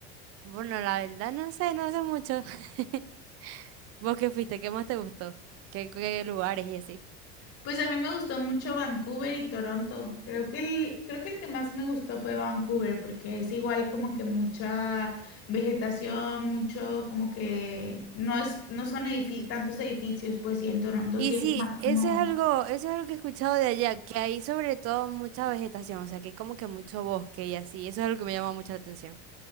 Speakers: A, on the right; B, on the left.
A: Bueno, la verdad, no sé, no sé mucho. <laughs> ¿Vos qué fuiste? ¿Qué más te gustó? ¿Qué, qué lugares y así?
B: Pues a mí me gustó mucho Vancouver y Toronto. Creo que el, creo que el que más me gustó fue Vancouver, porque es igual como que mucha vegetación, mucho como que no es, no son edifi- tantos edificios, pues sí, en Toronto
A: Y
B: sí
A: sí,
B: es más
A: eso
B: como
A: es algo, eso es algo que he escuchado de allá, que hay sobre todo mucha vegetación, o sea, que hay como que mucho bosque y así, eso es algo que me llama mucho la atención.